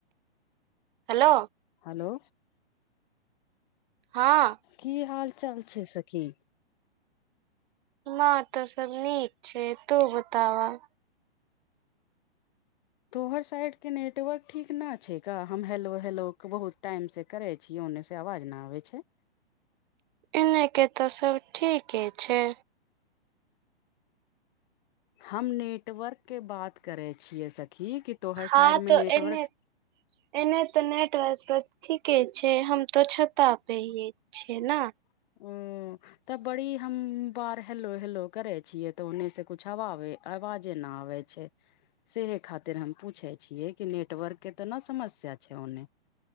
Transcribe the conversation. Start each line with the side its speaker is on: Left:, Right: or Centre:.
Right: हेलो
Left: हेलो
Right: हँ
Left: की हाल चाल छै सखी
Right: हमरा अर तऽ सब नीक छै तू बता बऽ
Left: तोहर साइड के नेटवर्क ठीक न छै का हम हेलो हेलो के बहुत टाइम से करे छीयै ओन्ने से आवाज न आबै छै
Right: एने के त सब ठीके छै
Left: हम नेटवर्क के बात करे छियै सखी कि तोहर
Right: हँ
Left: साइड मे
Right: तो
Left: नेटवर्क
Right: एने एने तऽ नेटवर्क तऽ ठीके छै हम तो छता पे हिये छिये न
Left: <unintelligible> तब बड़ी हम बार हेलो हेलो करे छियै तऽ ओन्ने से कुछ अबाबे आवाजे न आबे सेह खातिर हम पूछे छियै कि नेटवर्क के तऽ नऽ समस्या छै ओन्ने